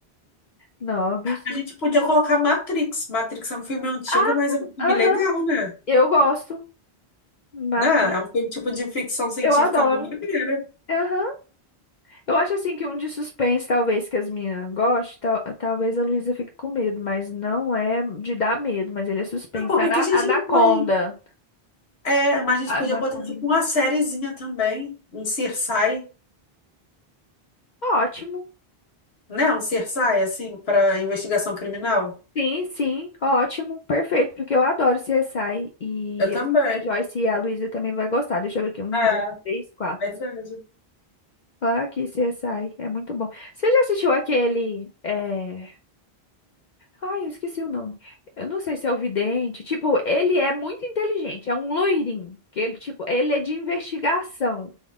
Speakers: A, on the left (about 50°); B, on the left (about 85°).
A: Norbit.
B: A gente podia colocar Matrix, Matrix é um filme antigo,
A: Ah,
B: mas é um filme
A: aham.
B: legal, né?
A: Eu gosto. Matrix.
B: Né? É um filme tipo de ficção científica
A: Eu adoro.
B: bem maneira.
A: Aham. Eu acho assim que um de suspense, talvez, que as meninas gostem, tal- talvez a Luísa fique com medo, mas não é de dar medo, mas ele é suspense.
B: Mas por que
A: Ana-
B: que a gente
A: Anaconda.
B: não põe? É, mas a
A: Anaconda.
B: gente podia botar tipo
A: né?
B: uma sériezinha também, um CSI,
A: Ótimo.
B: né? Um CSI, assim, para investigação criminal.
A: Sim, sim, ótimo, perfeito, porque eu adoro CSI e
B: Eu também.
A: eu sei que a Joyce e a Luísa também vai gostar. Deixa eu ver aqui, um,
B: É,
A: dois, três, quatro.
B: verdade.
A: Ah, aqui, CSI, é muito bom. Você já assistiu aquele, é... Ai, eu esqueci o nome. Eu não sei se é o Vidente, tipo, ele é muito inteligente, é um loirinho, que ele, tipo, ele é de investigação,